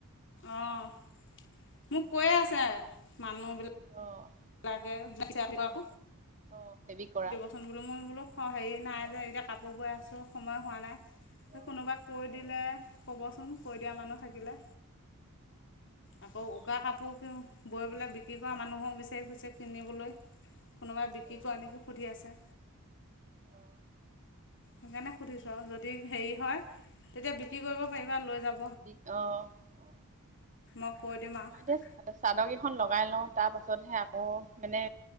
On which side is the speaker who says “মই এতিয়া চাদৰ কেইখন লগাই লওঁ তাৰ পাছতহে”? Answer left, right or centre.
Right